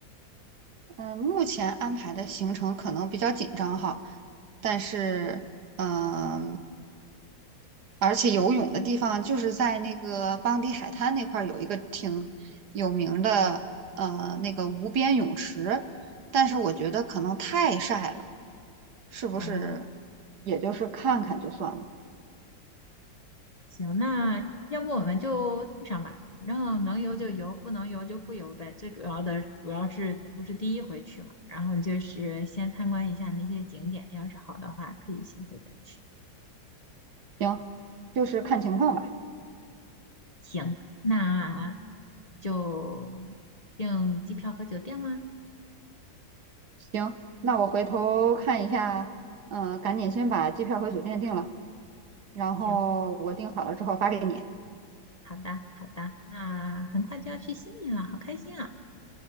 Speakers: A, on the right (about 65°); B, on the left (about 35°).
A: 嗯，目前安排的行程可能比较紧张哈，但是嗯，而且游泳的地方就是在那个邦迪海滩那块儿有一个挺有名的呃那个无边泳池，但是我觉得可能太晒了，是不是？
B: 哦，
A: 也就是看看就算了，
B: 行，那要不我们就带上吧，反正能游就游，不能游就不游呗。最主要的主要是不是第一回去嘛，然后就是先参观一下那些景点，要是好的话可以下回再去。
A: 行，就是看情况吧。
B: 行，那就订机票和酒店吗？
A: 行，那我回头看一下，嗯、赶紧先把机票和酒店定了，然后我定好了之后发给你。
B: 行，好的，好的，那很快就要去悉尼了，好开心啊！